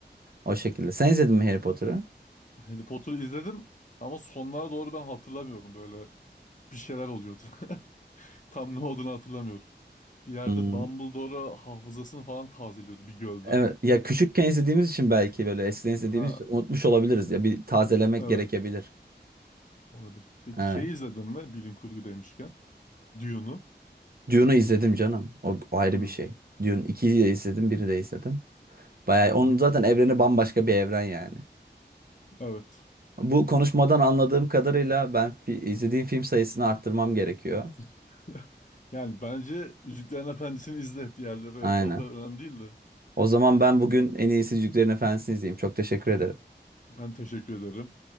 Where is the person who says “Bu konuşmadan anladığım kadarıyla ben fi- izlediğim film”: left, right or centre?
Right